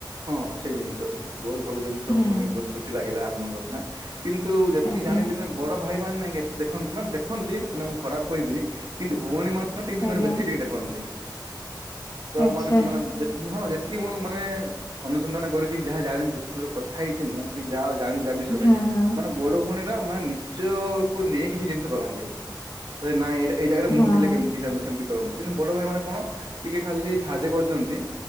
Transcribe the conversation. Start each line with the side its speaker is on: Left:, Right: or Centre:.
Right: ହଁ ସେଇ ଜିନିଷ ବହୁତ ଭଲ ଜିନିଷ
Left: ହୁଁ
Right: ମୁଁ ଶୁଣି ବହୁତ୍ ଖୁସି ଲାଗିଲା ଆପଣଙ୍କ କଥା। କିନ୍ତୁ ଯେତିକି
Left: ଆଜ୍ଞା।
Right: ଜାଣିଲି ନା ବଡ ଭାଇ ମାନେ ନାଇଁ ଏତେ ଦେଖନ୍ତି ମାନେ ଦେଖନ୍ତି ମାନେ ମୁଁ ଖରାପ କହିବିନି କିନ୍ତୁ ଭଉଣୀ ମାନେ ହଁ ଟିକେ ସେମାନେ
Left: ଆଜ୍ଞା
Right: ବେଶୀ ଟିକେ ଦେଖନ୍ତି ତ
Left: ଆଚ୍ଛା
Right: ମାନେ ସେମାନେ ଯେତିକି ହଁ ଯେତିକି ମୁଁ ମାନେ ଅନୁସନ୍ଧାନ କରିଛି ଯାହା ଜାଣିିଛି ଯେତିକି କଥା ହେଇଛି ମୁଁ କି ଯାହା ଜାଣିଛି ଯା ବିଷୟରେ
Left: ହଁ ହଁ
Right: ମାନେ ବଡ ଭଉଣୀ ନା ମାନେ ନିଜକୁୁ ନେଇକି ସେ ଜିନିଷ କରନ୍ତି। ନାଇଁ ଏଇ ଜାଗାରେ ମୁଁ
Left: ହଁ।
Right: ଥିଲେ କେମିତି ହେଇଥାଆନ୍ତା ସେମିତି କହନ୍ତି। କିନ୍ତୁ ବଡ ଭାଇ ମାନେ କଣ? ଟିକେ ଖାଲି ସାହାଯ୍ୟ କରିଦିଅନ୍ତି